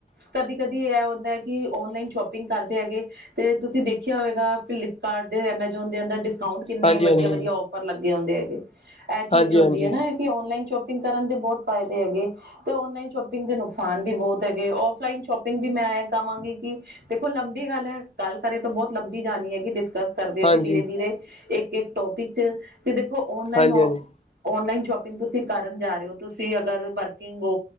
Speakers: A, on the right (about 80°); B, on the left (about 40°).
A: ਕਦੀ- ਕਦੀ ਇਹ ਹੁੰਦਾ ਕਿ, ਔਨਲਾਈਨ ਸ਼ੋਪਿੰਗ ਕਰਦੇ ਹੈਗੇ ਤੇ ਤੁਸੀਂ ਦੇਖਿਆ ਹੋਏਗਾ ਫਲਿੱਪਕਾਰਟ ਦੇ, ਐਮਾਜੋਨ ਦੇ ਅੰਦਰ ਡਿਸਕਾਊਂਟ ਕਿੰਨੇ
B: ਹਾਂਜੀ
A: ਵਡ
B: ਹਾਂਜੀ
A: ਪ ਲੱਗੇ ਹੁੰਦੇ ਹੈਗੇ, ਇਹ ਚੀਜ਼
B: ਹਾਂਜੀ
A: ਹੁੰਦੀ ਹੈ ਨਾ
B: ਹਾਂਜੀ
A: ਕਿ ਔਨਲਾਈਨ ਸ਼ੋਪਿੰਗ ਕਰਨ ਦੇ ਬਹੁਤ ਫਾਇਦੇ ਹੈਗੇ ਤੇ ਔਨਲਾਈਨ ਸ਼ੋਪਿੰਗ ਦੇ ਨੁਕਸਾਨ ਵੀ ਬਹੁਤ ਹੈਗੇ, ਔਫਲਾਈਨ ਸ਼ੋਪਿੰਗ ਵੀ ਮੈਂ ਇਹ ਕਹਾਂਗੀ ਕਿ ਦੇਖੋ ਲੰਬੀ ਗੱਲ ਹੈ, ਗੱਲ ਕਰੇ ਤਾਂ ਬਹੁਤ ਲੰਬੀ ਜਾਣੀ ਹੈਗੀ ਗੱਲ ਕਰਦੇ ਹੈਗੇ
B: ਹਾਂਜੀ
A: ਧੀਰੇ- ਧੀਰੇ, ਇੱਕ, ਇੱਕ ਟੋਪਿਕ 'ਚ, ਤੇ ਦੇਖੋ ਔਨਲਾਈਨ
B: ਹਾਂਜੀ ਹਾਂਜੀ
A: ਔਨਲਾਈਨ ਸ਼ੋਪਿੰਗ ਤੁਸੀਂ ਕਰਨ ਜਾ ਰਹੇ ਹੋ, ਤੁਸੀਂ ਅਗਰ ਵਰਕਿੰਗ ਹੋ